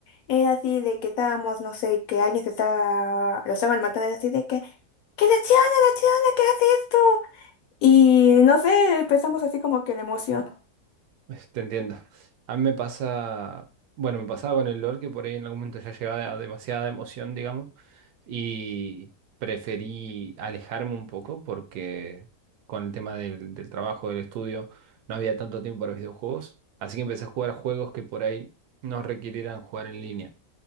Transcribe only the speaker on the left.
era así de que estábamos, no sé, que alguien se estaba, lo estaban matando, era así de que, ¡qué decepciona, decepciona, qué hace esto! Y no sé, empezamos así como que la emoción.